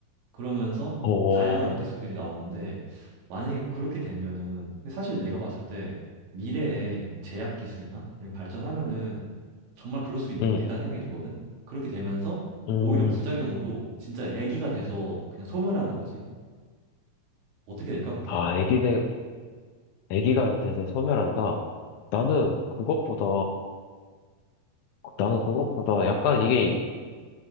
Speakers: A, on the right (about 80°); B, on the left (about 75°).
A: 그러면서
B: 어,
A: 다양한 에피소드들이 나오는데 만약에 그렇게 되면은 근데 사실 내가 봤을 때 미래에 좀 제약 기술이나 이런 게 발전하면은 정말 그럴 수 있겠다는
B: 음,
A: 생각이 들거든. 그렇게 되면서
B: 음,
A: 오히려 부작용으로 진짜 애기가 돼서 그냥 소멸하는 거지. 어떻게 될까 그렇게
B: 아,
A: 되면?
B: 애기들, 애기가 돼서 소멸한다. 나는 그것보다, 나는 그것보다 약간 이게